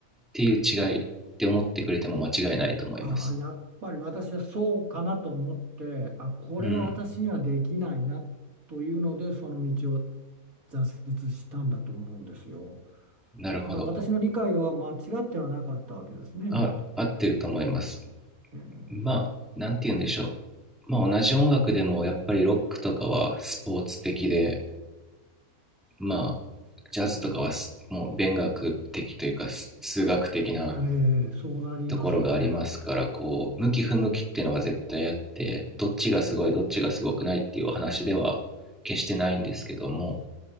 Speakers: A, in the centre; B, on the right.
A: ていう違いって思ってくれても間違いないと思います
B: ああ、やっぱり私はそうかなと思って、あ、これは私にはできないなというので、
A: うん
B: その道を挫折したんだと思うんですよ。
A: なるほど
B: だから私の理解は間違ってはなかったわけですね、
A: あ合ってると思います
B: まず。えー
A: まあなんて言うんでしょうまあ同じ音楽でもやっぱりロックとかはスポーツ的でまあジャズとかはもう勉学的というか数学的な
B: えーそうなりますよね。
A: ところがありますからこう向き不向きっていうのが絶対あってどっちがすごいどっちがすごくないっていう話では決してないんですけども